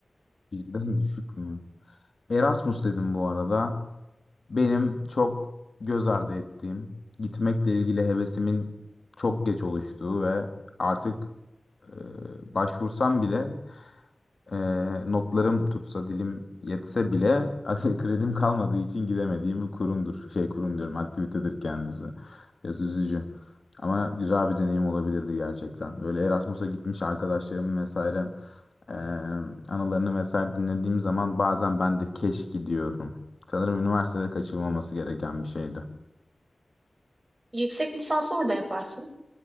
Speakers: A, on the left; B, on the right.
A: birden düşük mü? Erasmus dedim bu arada. Benim çok göz ardı ettiğim, gitmekle ilgili hevesimin çok geç oluştuğu ve artık e, başvursam bile e, notlarım tutsa dilim yetse bile <laughs> kredim kalmadığı için gidemediğim bir kurumdur. Şey kurum diyorum, aktivitedir kendisi. Biraz üzücü. Ama güzel bir deneyim olabilirdi gerçekten. Böyle Erasmus'a gitmiş arkadaşlarım vesaire e, anılarını vesaire dinlediğim zaman bazen ben de keşke diyorum. Sanırım üniversitede kaçırılmaması gereken bir şeydi.
B: Yüksek lisansı orada yaparsın.